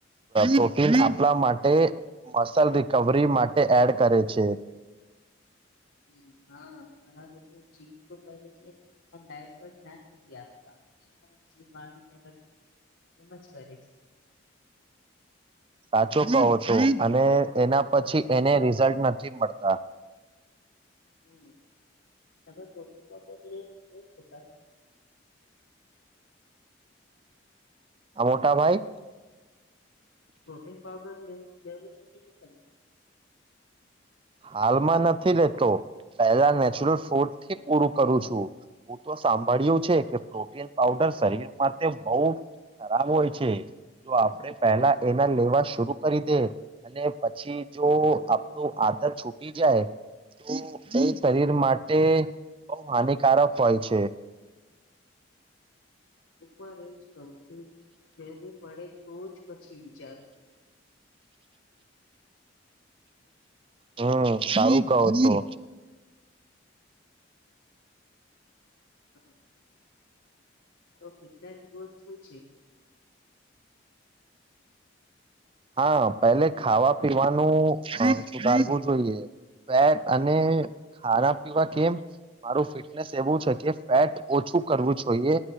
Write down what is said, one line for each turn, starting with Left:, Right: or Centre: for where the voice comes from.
Right: પ્રોટીન <unintelligible> આપડા માટે
Left: હમ.
Right: મસલ કવરી માટે એડ કરે છે.
Left: હમ્મ હા. ઘણા લોકો જીમ તો કરે છે પણ ડાયટ પર ધ્યાન નથી આપતા. એમા જીમ આવીને એમ જ કરે છે
Right: સાચું કહો છું. અને એના પછી એને રિઝલ્ટ નથી મળતા.
Left: હમ્મ. તમે પ્રોટીન પાવર લો છો કા <inaudible>
Right: આ મોટા ભાઈ?
Left: પ્રોટીન પાવડર લે લેવો છો કે નહી? કર
Right: હાલમાં નથી લેતો. પહેલા નેચરલ ફૂડ થી પૂરું કરું છું. હું તો સાંભળ્યું છે કે પ્રોટીન પઉડર શરીર માટે બઉ ખરાબ હોય છે. જો આપણેે પહેલા એના લેવા
Left: હમ
Right: શરુ કરી દે અને પછી જો
Left: હમ
Right: આપડો આ છુટી જાય તો એ શરીર
Left: હમ
Right: માટે બહુ હાનિકારક હોય છે.
Left: હું પણ એજ કરૂ છું. જે પડે તો જ પછી વિચારું
Right: હમ્મ સારું કાવો તો
Left: <inaudible> તો ફિટનેસ ગોલ શું છે?
Right: હા પહેલે ખાવા પીવાનું સુધારવું જોઈએ. ફેટ અને ખાવા પીવા કેમ મારું ફિટનેસ એવું છે કે, ફેટ ઓછું કરવું જોઈએ.